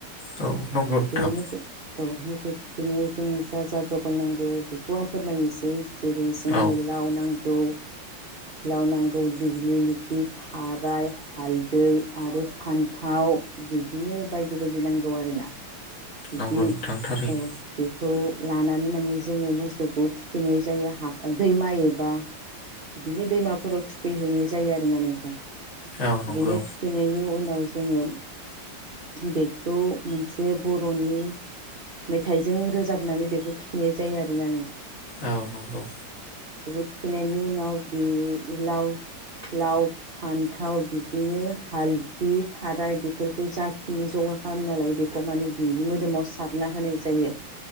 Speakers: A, on the left; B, on the right.
A: औ नंगौ नोंथां
B: बे मोसौ औ मोसौ बिनियाव जों जा जा जगार नांगौ बेखौ आं फोरमायनोसै। जेरै जोंनि
A: औ
B: लाव नांग गौ लाव नांगौ देग्लिलिथि, थाराय, हालदै आरो फान्थाव बिदिनो बायदि बायदि नांगौ आरोना। बिदि
A: नंगौ नोंथां थारैनो
B: औ बे खौ लानानै माने जोंङो मोसौखौ थुखैनाय जायो हाखर दैमा एबा बिदिनो दैमाफोराव थुखैहैनाय जायो आरोना नोंथां।
A: औ नंगौ
B: बिनो थुखैनायनि उन औ जोंङो बेखौ मोनसे बर'नि मेथाइजों रोजाबनानै बेखौ थुखैनाय जायो आरोना नोंथां।
A: औ नंगौ।
B: बेखौ थुखैनायनि उनाव बि लाव-लाव, फान्थाव बिदिनो हालदि, थाराय बेफोरखौ जाखिनि जगार खालामना लायो बेखौ माने बिनि मोदोमाव सारना होनाय जायो।